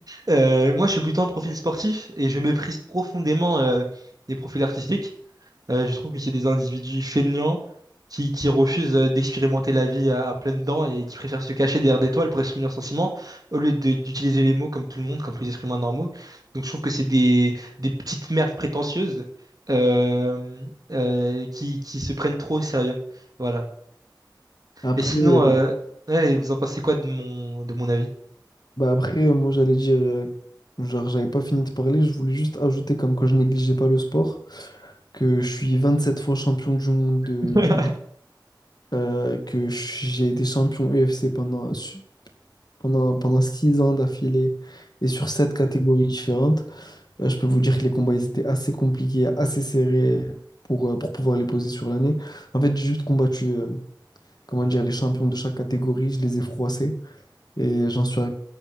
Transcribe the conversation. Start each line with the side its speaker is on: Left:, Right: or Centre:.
Right: Euh, moi, je suis plutôt un profil sportif et je méprise profondément euh, les profils artistiques. Euh, je trouve que c'est des individus feignants qui, qui refusent euh, d'expérimenter la vie à, à pleines dents et qui préfèrent se cacher derrière des toiles pour exprimer leurs sentiments au lieu de- d'utiliser les mots comme tout le monde, comme tous les êtres humains normaux. Donc je trouve que c'est des, des petites merdes prétentieuses euh, euh, qui, qui se prennent trop au sérieux. Voilà.
Left: Après,
Right: Et sinon,
Left: euh,
Right: euh, ouais, vous en pensez quoi de mon, de mon avis?
Left: bah après moi, j'allais dire, euh, genre, j'avais pas fini de parler, je voulais juste ajouter, comme quand je négligeais pas le sport, que je suis 27 fois champion du monde de
Right: <laughs>
Left: judo. euh, que j'ai été champion UFC pendant, su- pendant, pendant 6 ans d'affilée et sur sept catégories différentes, euh, je peux vous dire que les combats ils étaient assez compliqués, assez serrés pour, euh, pour pouvoir les poser sur l'année. En fait, j'ai juste combattu euh, comment dire, les champions de chaque catégorie, je les ai froissés et j'en suis arrivé,